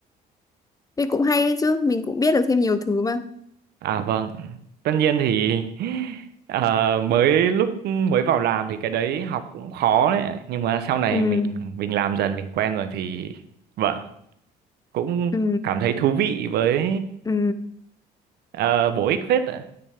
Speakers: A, on the left (about 20°); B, on the right (about 70°).
A: Thế cũng hay đấy chứ, mình cũng biết được thêm nhiều thứ mà.
B: à vâng tất nhiên thì <laughs> ờ, mới lúc mới vào làm thì cái đấy học cũng khó đấy nhưng mà sau này
A: Ừ,
B: mình mình làm dần mình quen rồi thì vâng cũng
A: ừ,
B: cảm thấy thú vị với
A: ừ,
B: ờ, bổ ích phết ạ.